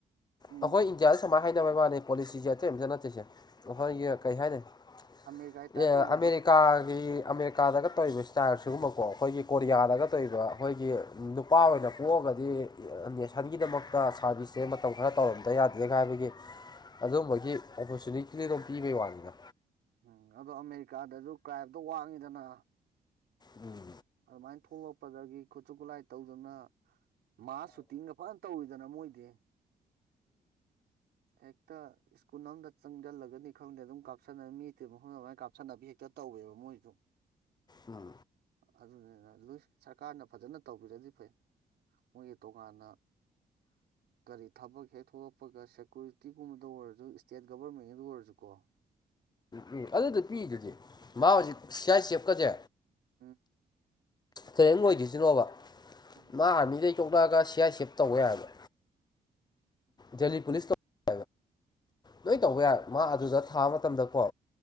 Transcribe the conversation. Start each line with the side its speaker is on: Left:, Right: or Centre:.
Right: ꯎꯝ
Left: ꯑꯩꯈꯣꯏ ꯏꯟꯗꯤꯌꯥꯗ ꯁꯨꯃꯥꯏꯅ ꯍꯥꯏ ꯍꯥꯏꯅꯕꯩ ꯋꯥꯅꯤ ꯄꯣꯂꯤꯁꯤꯁꯦ ꯑꯇꯩ ꯑꯝꯇ ꯅꯠꯇꯦꯁꯦ ꯑꯩꯈꯣꯏꯒꯤ ꯀꯩ ꯍꯥꯏꯅꯤ ꯑꯦ
Right: ꯑꯃꯦꯔꯤꯀꯥꯒꯤ ꯇꯥꯏꯞ ꯇꯧꯕꯗꯣ
Left: ꯑꯃꯦꯔꯤꯀꯥꯒꯤ ꯑꯃꯦꯔꯤꯀꯥꯗꯒ ꯇꯧꯔꯤꯕ ꯏꯁꯇꯥꯏꯜ ꯁꯤꯒꯨꯝꯕꯀꯣ ꯑꯩꯈꯣꯏꯒꯤ ꯀꯣꯔꯤꯌꯥꯗꯒ
Right: ꯎꯝ
Left: ꯇꯧꫪꯤꯕ ꯑꯩꯈꯣꯏꯒꯤ ꯅꯨꯄꯥ ꯑꯣꯏꯅ ꯄꯣꯛꯑꯒꯗꯤ ꯅ‌ꯦꯁ ꯏꯁꯟꯒꯤꯗꯃꯛꯇ ꯁꯥꯔꯚꯤꯁꯁꯦ ꯃꯇꯝ ꯈꯔ ꯇꯧꯔꯝꯗ ꯌꯥꯗꯦꯅ ꯍꯥꯏꯕꯒꯤ ꯑꯗꯨꯝꯕꯒꯤ ꯑꯣꯄꯣꯔꯆꯨꯅꯤꯇꯤꯗꯨ ꯑꯗꯨꯝ ꯄꯤꯕꯩ ꯋꯥꯅꯤꯅ
Right: ꯎꯝ ꯑꯗꯣ ꯑꯃꯦꯔꯤꯀꯥꯗꯁꯨ ꯀ꯭ꯔꯥꯏꯝꯇꯣ ꯋꯥꯡꯉꯤꯗꯅ
Left: ꯎꯝ
Right: ꯑꯗꯨꯃꯥꯏꯅ ꯊꯣꯂꯛꯄꯗꯒꯤ ꯈꯨꯠꯁꯨ ꯈꯨꯠꯂꯥꯏ ꯇꯧꯗꯅ ꯃꯥ ꯁꯨꯇꯤꯡꯒ ꯐꯖꯅ ꯇꯧꯋꯤꯗꯅ ꯃꯣꯏꯗꯤ ꯍꯦꯛ ꯍꯦꯛꯇ ꯁ꯭ꯀꯨꯜ ꯑꯃꯝꯗ ꯆꯪꯁꯤꯜꯂꯒꯅꯤ ꯈꯪꯗꯦ ꯑꯗꯨꯝ ꯀꯥꯞꯁꯟꯅ ꯃꯤꯠꯇꯦ ꯃꯐꯝ ꯑꯗꯨꯃꯥꯏꯅ ꯀꯥꯞꯁꯟꯅꯕꯤ ꯍꯦꯛꯇ ꯇꯧꯋꯦꯕ ꯃꯣꯏꯁꯨ <inaudible>
Left: ꯎꯝ
Right: ꯑꯗꯨꯅꯤꯅ ꯂꯏ ꯁꯔꯀꯥꯔꯅ ꯐꯖꯅ ꯇꯧꯕꯤꯔꯗꯤ ꯐꯩ ꯃꯣꯏꯒꯤ ꯇꯣꯉꯥꯟꯅ ꯀꯔꯤ ꯊꯕꯛ ꯍꯦꯛ ꯊꯣꯛꯂꯛꯄꯒ ꯁꯦꯀꯨꯔꯤꯇꯤꯒꯨꯝꯕꯗ ꯑꯣꯏꯔꯁꯨ ꯏꯁꯇꯦꯠ ꯒꯕꯔꯃꯦꯟꯒꯤꯗ ꯑꯣꯏꯔꯁꯨꯀꯣ <inaudible>
Left: ꯎꯝ ꯎꯝ ꯑꯗꯨꯗ ꯄꯤꯗꯨꯗꯤ ꯃꯥ ꯍꯧꯖꯤꯛ ꯁꯤꯌꯥꯥꯏ ꯆꯦꯞꯀꯁꯦ
Right: ꯑ
Left: ꯍꯣꯔꯦꯟ ꯂꯣꯏꯗꯣꯏꯁꯤꯅꯣꯕ
Right: ꯎꯝ
Left: ꯃꯥ ꯑꯥꯔꯃꯤꯗꯩ ꯇꯣꯛꯂꯛꯑꯒ ꯁꯤ ꯑꯥꯏ ꯁꯤꯦꯞ ꯇꯧꯕ ꯌꯥꯏꯕ ꯗꯦꯜꯂꯤ ꯄꯨꯂꯤꯁ ꯇ ꯂꯣꯏ ꯇꯧꯕ ꯌꯥꯏ ꯃꯥ ꯑꯗꯨꯗ ꯊꯥꯕ ꯃꯇꯝꯗꯀꯣ